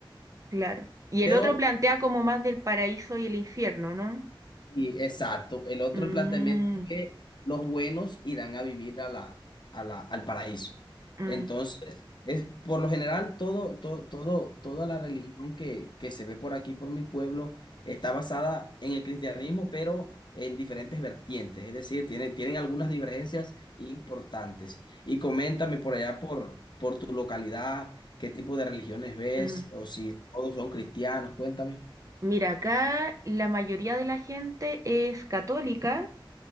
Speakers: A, on the right; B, on the left.
A: claro. Y
B: Pero
A: el otro plantea como más del paraíso y el infierno, ¿no?
B: Y exacto. El otro
A: Mm,
B: planteamiento es que los buenos irán a vivir a la, a la, al paraíso.
A: Mm,
B: Entonces, es, por lo general, todo, todo, todo, toda la religión que, que se ve por aquí, por mi pueblo, está basada en el cristianismo, pero en diferentes vertientes. Es decir, tiene, tienen algunas divergencias importantes. Y coméntame por allá, por, por tu localidad, qué tipo de religiones ves,
A: mm.
B: o si todos son cristianos, cuéntame.
A: Mira, acá la mayoría de la gente es católica